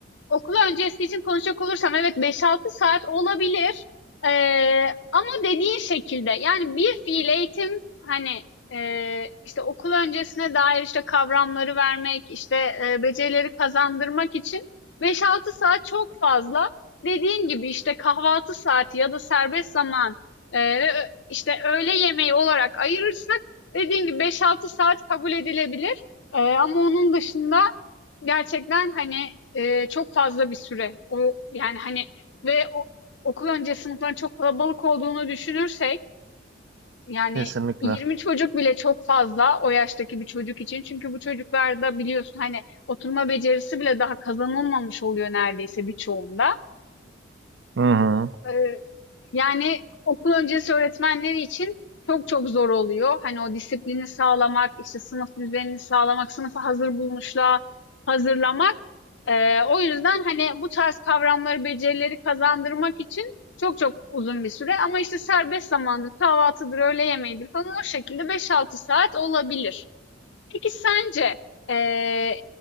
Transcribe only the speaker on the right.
Kesinlikle.
Hı hı.